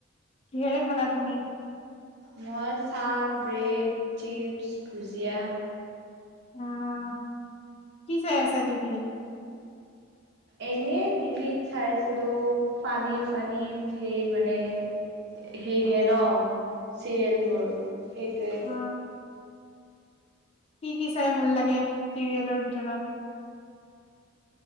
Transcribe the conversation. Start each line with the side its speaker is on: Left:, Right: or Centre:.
Left: কিহেৰে খালা তুমি?
Right: মই চাহ, ব্ৰেড, চিপছ্, ভুজিয়া
Left: আঁ-কি চাই আছা টিভিত?
Right: এনেই টিভিত চাইছিলোঁ ফানী ফানী ঢেই মানে ধেৰ দিয়ে ন'? চিৰিয়েলবোৰ, সেইটোৱে
Left: অ কি কি চাই ভাল লাগে চিৰিয়েলৰ ভিতৰত?